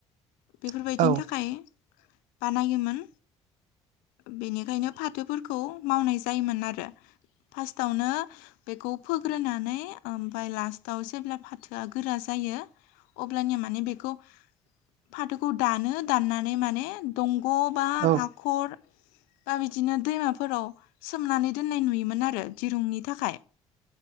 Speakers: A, on the left (about 60°); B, on the right (about 50°).
A: बेफोर
B: औ
A: बायदिनि थाखाय बानायोमोन बेनिखायनो फाथोफोरखौ मावनाय जायोमोन आरो। फार्स्टआवनो बेखौ फोग्रोनानै ओमफाय लास्टआव जेब्ला फाथोआ गोरा जायो जायो अब्लानिया बेखौ माने फाथोखौ दानो दाननानै माने दंग' बा
B: औ औ
A: हाखर बा बिदिनो दैमाफोराव सोमनानै दोननाय नुयोमोन आरो दिरुंनि थाखाय।